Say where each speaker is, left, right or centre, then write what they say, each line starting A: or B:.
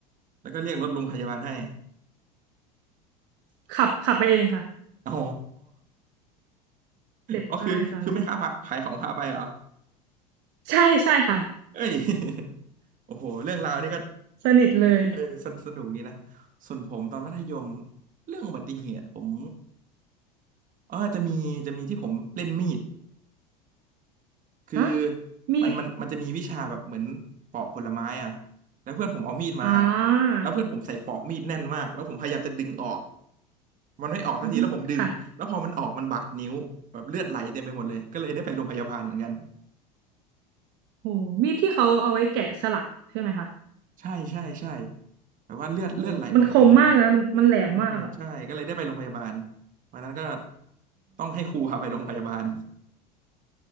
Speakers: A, on the right (about 40°); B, on the right (about 55°).
A: แล้วก็เรียกรถโรงพยาบาลให้
B: ขับขับไปเองค่ะ
A: อ๋อ
B: เจ็บมากตอนนั้น
A: อ๋อคือคือไม่ค้าผขายของพาไปเหรอ
B: ใช่ใช่ค่ะ
A: เอ้ย <laughs> โอ้โหเรื่องราวนี่ก็
B: สนิทเลย
A: เออสนสนุกดีนะส่วนผมตอนมัธยมเรื่องอุบัติเหตุผมเออจะมีจะมีที่ผมเล่นมีด คือ
B: อะมีด
A: มันมันมันจะมีวิชาแบบเหมือนปอกผลไม้อ่ะแล้วเพื่อนผมเอามีดมา
B: อ่า
A: แล้วเพื่อนผมใส่ปอกมีดแน่นมากแล้วผมพยายามจะดึงออกมันไม่ออกสักทีแล้วผมดึงแล้วพอมันออกมันบาดนิ้วแบบเลือดไหลเต็มไปหมดเลยก็เลยได้ไปโรงพยาบาลเหมือนกัน
B: อือฮึค่ะโหมีดที่เขาเอาไว้แกะสลักใช่ไหมคะ
A: ใช่ใช่ใช่แบบว่าเลือดเลือดไหลตรงนิ้ว
B: โหมันคมมากนะมันมันแหลมมากอ่ะ
A: มันคงใช่ก็เลยได้ไปโรงพยาบาลวันนั้นก็ต้องให้ครูพาไปโรงพยาบาล